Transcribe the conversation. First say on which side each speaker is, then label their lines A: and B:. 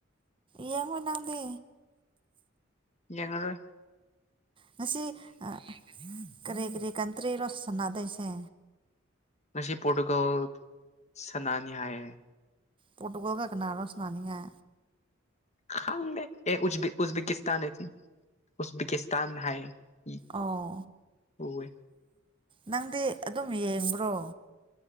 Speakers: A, on the right; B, on the left.
A: ꯌꯦꯡꯉꯣ ꯅꯪꯗꯤ
B: ꯌꯦꯉꯔꯣꯢ
A: ꯉꯁꯤ ꯑ ꯌꯦꯡꯒꯅꯤ ꯀꯔꯤ ꯀꯔꯤ ꯀꯟꯇ꯭ꯔꯤꯔꯣ ꯁꯥꯟꯟꯅꯗꯣꯏꯁꯦ
B: ꯉꯁꯤ ꯄꯣꯔꯇꯨꯒꯜ ꯁꯅꯥꯅꯤ ꯍꯥꯏ
A: ꯄꯣꯇꯨꯒꯜꯒ ꯀꯅꯔꯣ ꯁꯅꯥꯗꯣꯢꯁꯦ
B: ꯈꯪꯗꯦ ꯑꯦ ꯎꯖꯕꯤꯛ ꯎꯖꯕꯤꯀꯤꯇꯥꯟ ꯎꯖꯕꯤꯀꯤꯁꯇꯥꯟ ꯍꯥꯏꯌꯦ
A: ꯑꯣ
B: ꯎꯋꯦ
A: ꯅꯪꯗꯤ ꯑꯗꯨꯝ ꯌꯦꯡꯕ꯭ꯔꯣ